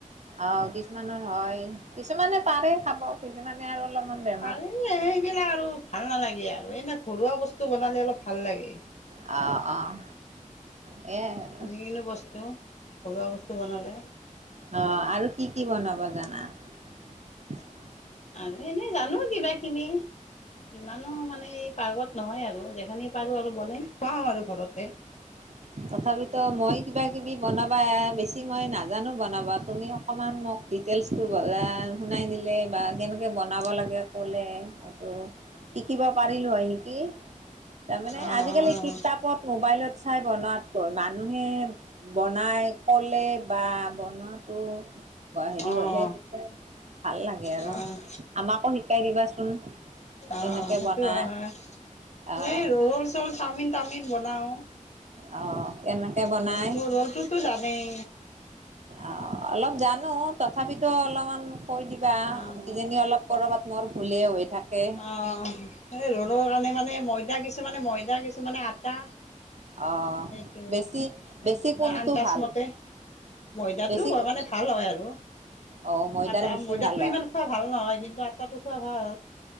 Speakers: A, on the right; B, on the left.
A: আহ, কিছুমানৰ হয়, কিছুমানে পাৰে খাব। কিছুমানে আৰু অলপমান বে
B: পাৰি সেইবিলাক আৰু ভাল নালাগে আৰু এনে ঘৰুৱা বস্তু বনালে অলপ ভাল লাগে।
A: অ', অ', এই
B: যিকোনো বস্তু ঘৰুৱা বস্তু বনালে
A: অ আৰু কি কি বনাব জানা <unintelligible>
B: আৰু এনে জানো কিবা কিবি ইমানো মানে পাৰ্গত নহয় আৰু যেইখিনি পাৰো আৰু বনাই খোৱাওঁ আৰু ঘৰতে
A: <unintelligible> তথাপিতো মই কিবা কিবি বনাবা বেছি মই নাজানো বনাবা তুমি অকণমান মোক ডিটেলছটো বনা শুনাই দিলে বা কেনেকে বনাব লাগে ক'লে হয়টো শিকিব পাৰিলো হয় নিকি তাৰমানে
B: অঁ
A: আজিকালি কিতাপত মোবাইলত চাই বনোৱাতকৈ মানুহে বনাই ক'লে বা বনাটো হেৰি
B: অঁ
A: হলে
B: অঁ
A: তেতিয়া ভাল লাগে আৰু
B: অ',
A: আমাকো শিকাই দিবাচোন কেনেকে
B: অঁ সেইটো
A: বনাই
B: হয়
A: আহ
B: এই ৰ'ল চ'ল চাওমিন টাওমিন বনাওঁ
A: আহ কেনেকে বনাই
B: ৰলটো ৰলটোতো জানেই
A: অ অলপ জানো তথাপিতো অলপমান কৈ দিবা
B: অ',
A: কিজানি অলপ কৰবা ম'ৰ ভুলে হৈ থাকে
B: অ এই ৰ'লৰ কাৰণে মানে ময়দা কিছুমানে ময়দা কিছুমানে আটা
A: আহ
B: সেইটোৱে
A: বেছি
B: এইবিলাক মানে
A: বেছি কোনটো
B: আন্দাজমতে
A: ভাল
B: ময়দাটো
A: বেছি
B: লয় মানে ভাল হয় আৰু
A: অ ময়দাৰ
B: আটা
A: বেছি
B: ময়দাটো
A: ভাল হয়
B: ইমান খোৱা ভাল নহয় কিন্তু আটাটো খোৱা ভাল